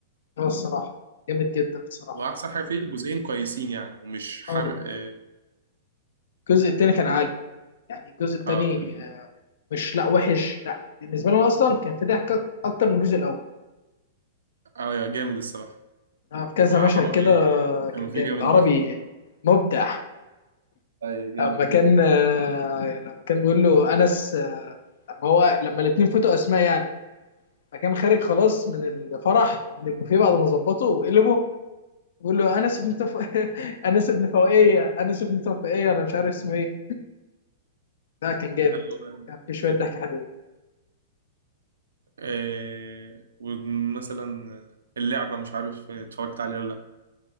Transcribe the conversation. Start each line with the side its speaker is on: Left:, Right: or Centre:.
Left: اه الصراحه جامد جدا الصراحه،
Right: واحسن حاجه فيه الجزئين كويسين يعني ومش حرق
Left: اه
Right: آه،
Left: الجزء التاني كان عالي، يعني الجزء التاني
Right: اه
Left: آه، مش لا وحش، لا بالنسبه لنا اصلا كان في ضحك اكتر من الجزء الاول،
Right: اه يا جامد الصراحة
Left: آه، في كذا
Right: وعربي
Left: مشهد كده
Right: كان
Left: كان
Right: فيه
Left: جامد،
Right: جامد
Left: عربي
Right: أوي.
Left: مبدع
Right: اي جامد
Left: لما كان
Right: جامد
Left: آه، يعني لما كان بيقول له انس آه، لما هو لما الاثنين فوتوا اسماء يعني فكان خارج خلاص من الفرح ومن البوفيه بعد ما ظبطه وقلبه بيقول له انس ابن تف... <laughs> انس ابن فوقيه انس ابن تفوقيه انا مش عارف اسمه ايه لا كان جامد
Right: اللي هو
Left: كان في شويه
Right: جامد
Left: ضحك حلوين
Right: آه ومثلا اللعبة مش عارف اتفرجت عليه ولا لا